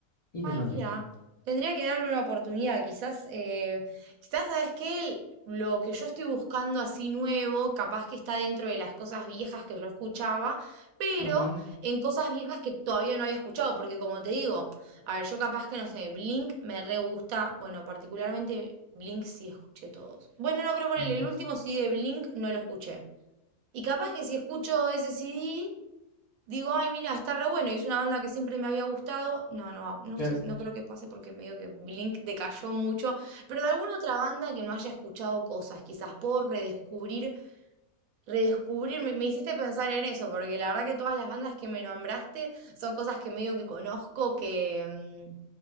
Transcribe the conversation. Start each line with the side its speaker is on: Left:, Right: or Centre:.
Left: interesante.
Right: Ay, mira, tendría que darle una oportunidad. Quizás, eh, quizás, ¿sabes qué? Lo que yo estoy buscando así nuevo, capaz que está dentro de las cosas viejas que yo escuchaba, pero
Left: Ujú,
Right: en cosas viejas que todavía no había escuchado, porque como te digo, a ver, yo capaz que no sé, Blink me re gusta, bueno, particularmente Blink sí escuché todos. Bueno, no, pero ponele,
Left: ujú,
Right: el último CD de Blink no lo escuché. Y capaz que si escucho ese CD, Digo, ay, mira, está re bueno y es una banda que siempre me había gustado. No, no, va, no
Left: claro,
Right: sé, no creo que pase porque medio que Blink decayó mucho. Pero de alguna otra banda que no haya escuchado cosas, quizás puedo redescubrir, redescubrir. Me, me hiciste pensar en eso, porque la verdad que todas las bandas que me nombraste son cosas que medio que conozco, que, mm,